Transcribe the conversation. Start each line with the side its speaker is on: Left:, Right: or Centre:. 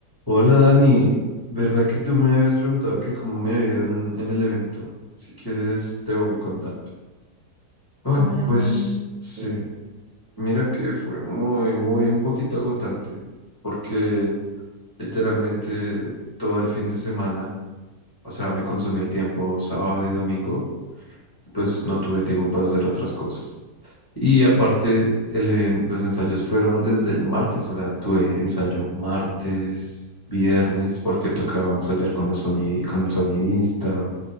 Left: Hola Dani, ¿verdad que tú me habías preguntado que cómo me había ido en, en el evento? Si quieres te voy contando. Ay,
Right: Hola,
Left: pues
Right: Juli.
Left: sí,
Right: Sí,
Left: mira que fue muy, muy un poquito agotante porque literalmente todo el fin de semana, o sea, me consumí el tiempo sábado y domingo pues no tuve tiempo para hacer otras cosas. Y aparte, el en- los ensayos fueron desde el martes, o sea, tuve ensayo martes, viernes, porque tocaba ensayar con los sonidi- con el sonidista,